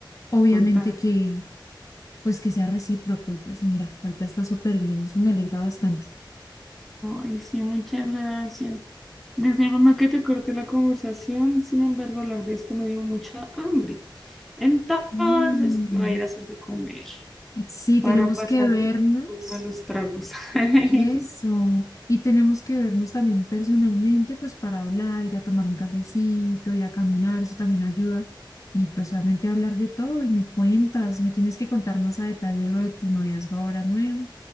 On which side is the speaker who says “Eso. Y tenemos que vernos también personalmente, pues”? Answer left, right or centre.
Left